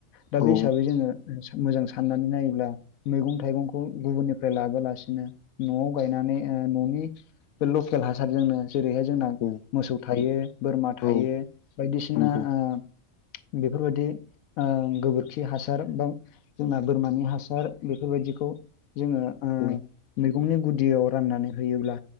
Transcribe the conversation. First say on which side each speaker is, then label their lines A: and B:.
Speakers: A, on the left; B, on the left.
A: दा
B: औ
A: बे हिसाबै जोङो मोजां साननानै नायोब्ला मैगं' थाइगंखौ। गुबुननिफ्राय लाबोलासिनो न'आव गायनानै ओ न'नि बे लकेल हासारजोंनो। जेरैहाय जोंना
B: औ
A: मोसौ थायो बोरमा थायो
B: औ
A: बायदिसिना
B: नंगौ
A: ओ। बेफोरबायदिओ गोबोरखि हासार बा जोंना बोरमानि हासार बेफोरबायदिखौ जोङो
B: <unintelligible>
A: मैगंनि गुदियाव राननानै होयोब्ला